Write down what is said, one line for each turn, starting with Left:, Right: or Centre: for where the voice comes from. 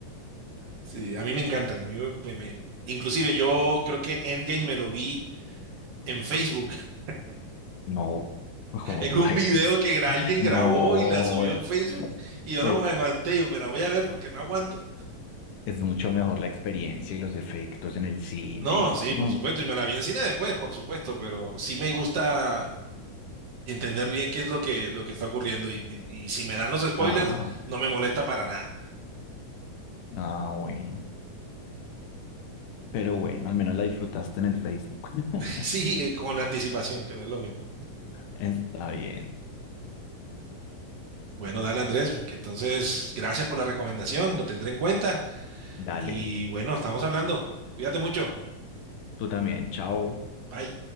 Right: Sí, a mí me encantan, a mí me- me- me- inclusive yo creo que Endgame me lo vi en Facebook, <laughs>
Left: No, <laughs> como
Right: en
Left: pues,
Right: un video que gra- alguien grabó
Left: no,
Right: y la subió
Left: eh,
Right: en Facebook y yo
Left: eh,
Right: no me aguanté, yo me la voy a ver porque no aguanto.
Left: es mucho mejor la experiencia y los efectos en el cine.
Right: No, sí,
Left: Mm.
Right: por supuesto, y me la vi en cine después, por supuesto, pero sí me gusta entender bien qué es lo que, lo que está ocurriendo y, y y si me dan los spoilers,
Left: Ah,
Right: no me molesta para nada.
Left: ah, bueno. Pero bueno, al menos la disfrutaste en el Facebook. <laughs>
Right: <laughs> Sí, eh, con anticipación, que no es lo mismo.
Left: Está bien.
Right: Bueno, dale Andrés, que entonces gracias por la recomendación, lo tendré en cuenta
Left: Dale,
Right: y bueno, estamos hablando. Cuídate mucho.
Left: tú también. Chao.
Right: Bye.